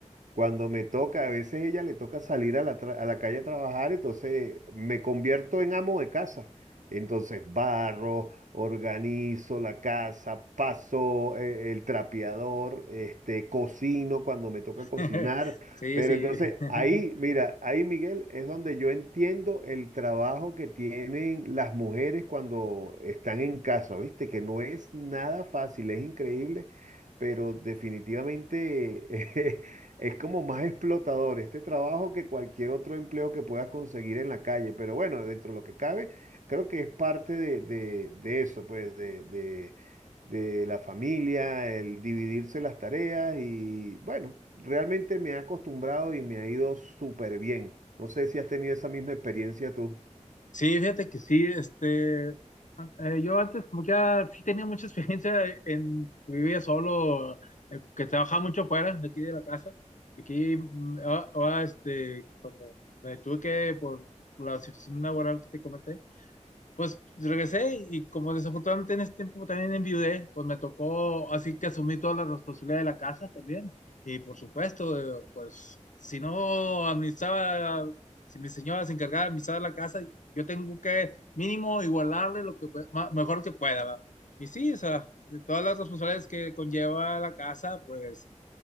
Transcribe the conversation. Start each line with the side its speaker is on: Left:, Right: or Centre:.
Right: cuando me toca, a veces ella le toca salir a la, tra- a la calle a trabajar, entonces me convierto en amo de casa. Entonces barro, organizo la casa, paso eh, el trapeador, este, cocino cuando me toca
Left: <laughs>
Right: cocinar.
Left: Sí,
Right: Pero
Left: sí.
Right: entonces
Left: <laughs>
Right: ahí, mira, ahí Miguel es donde yo entiendo el trabajo que tienen las mujeres cuando están en casa, ¿viste? Que no es nada fácil, es increíble, pero definitivamente <laughs> eh, es como más explotador este trabajo que cualquier otro empleo que puedas conseguir en la calle. Pero bueno, dentro de lo que cabe, creo que es parte de, de- de eso, pues, de de de la familia, el dividirse las tareas y bueno, realmente me he acostumbrado y me ha ido súper bien. No sé si has tenido esa misma experiencia tú.
Left: Sí, fíjate que sí, este a- eh, yo antes como que ya sí tenía mucha experiencia en vivía solo, eh, que trabajaba mucho fuera de aquí de la casa y aquí mm, ahora, ahora, este cuando me tuve que por la situación laboral que te comenté Pues regresé y como desafortunadamente en ese tiempo también enviudé, pues me tocó, así que asumí toda la responsabilidad de la casa también. Y por supuesto, eh, pues si no administraba, si mi señora se encargaba de administrar la casa, yo tengo que mínimo igualarle lo que ma- mejor que pueda, ¿va? Y sí, o sea, todas las responsabilidades que conlleva la casa, pues